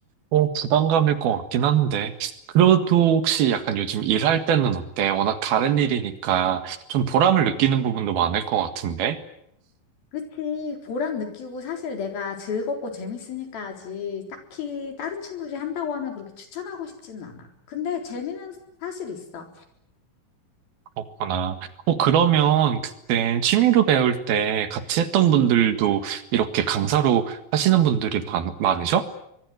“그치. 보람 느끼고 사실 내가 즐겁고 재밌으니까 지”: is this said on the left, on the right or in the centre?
Left